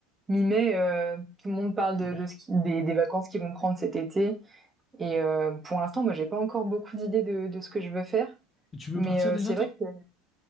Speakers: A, on the right; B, on the left.
A: mi-mai, euh, tout le monde parle de,
B: Ouais.
A: de ce qui- des, des vacances qu'ils vont prendre cet été. Et euh, pour l'instant, moi, j'ai pas encore beaucoup d'idées de, de ce que je veux faire.
B: Tu veux
A: Mais
B: partir
A: euh,
B: déjà,
A: c'est
B: toi?
A: vrai que